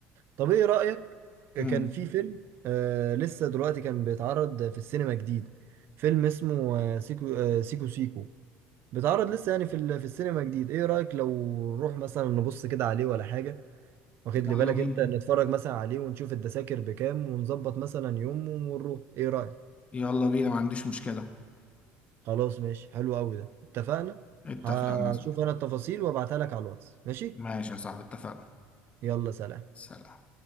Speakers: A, on the right (about 55°); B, on the left (about 25°).
A: طب إيه رأيك كان
B: أمم،
A: في فيلم آه لسه دلوقتي كان بيتعرض في السينما جديد فيلم اسمه آه، سيكو آه، سيكو سيكو بيتعرض لسه يعني في ال- في السينما جديد ايه رأيك لو نروح مثلا نبص كده عليه ولا حاجة واخد
B: يلا
A: لي بالك
B: بينا
A: انت نتفرج مثلا عليه ونشوف التذاكر بكام ونظبط مثلا يوم ونروح ايه رأيك
B: يلا بينا ما عنديش مشكلة
A: خلاص ماشي حلو قوي ده اتفقنا
B: اتفقنا
A: هشوف انا التفاصيل وابعتها لك على الواتس ماشي
B: ماشي يا صاحبي اتفقنا
A: يلا سلام
B: سلام